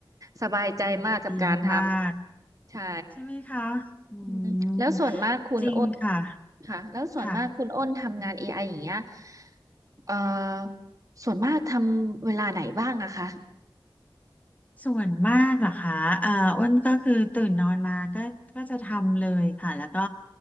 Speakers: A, on the right (about 45°); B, on the left (about 20°).
A: สบายใจมากกับการท
B: โหดีมาก
A: ำใช่
B: ๆใช่ไหมคะอืม
A: อืมแล้วส่วนมากคุณโอ้น
B: จริงค่ะ
A: ค่ะแล้วส่วนมากคุณอ้นทำงาน
B: ค่ะ
A: AI อไออย่างเงี้ยเอ่อส่วนมากทำเวลาไหนบ้างอะคะ
B: ส่วนมากเหรอคะเอ่ออ้วนก็คือตื่นนอนมาก็ก็จะทำเลยค่ะแล้วก็